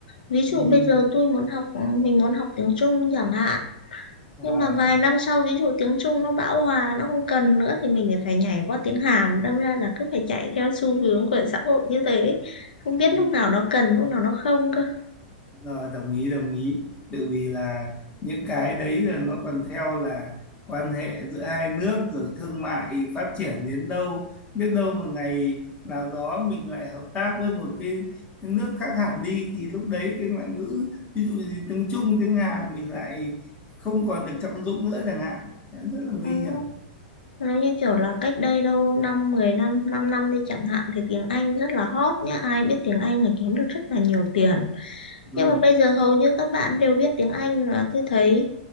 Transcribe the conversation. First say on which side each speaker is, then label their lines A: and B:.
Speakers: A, on the left (about 80°); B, on the left (about 25°).
A: Ví dụ
B: ừ.
A: bây giờ tôi muốn học, mình muốn học tiếng Trung chẳng hạn
B: À.
A: nhưng mà vài năm sau ví dụ tiếng Trung nó bão hòa nó không cần nữa thì mình lại phải nhảy qua tiếng Hàn đâm ra là cứ phải chạy theo xu hướng của xã hội như thế không biết
B: Ừ.
A: lúc nào nó cần lúc nào nó không cơ
B: Rồi, đồng ý đồng ý tại vì là những cái đấy là nó còn theo là quan hệ giữa hai nước rồi thương mại phát triển đến đâu biết đâu một ngày nào đó mình lại hợp tác với một cái, cái nước khác hẳn đi thì lúc đấy cái ngoại ngữ ví dụ như tiếng Trung tiếng Hàn mình lại không còn được trọng dụng nữa chẳng hạn Thế rất là
A: ừ.
B: nguy hiểm
A: nó như kiểu là cách đây đâu năm 10 năm 5 năm đi chẳng hạn thì tiếng Anh rất là hot nhá ai biết tiếng Anh là kiếm được rất là nhiều tiền
B: ừ,
A: nhưng mà bây giờ hầu như các bạn đều biết tiếng Anh là tôi thấy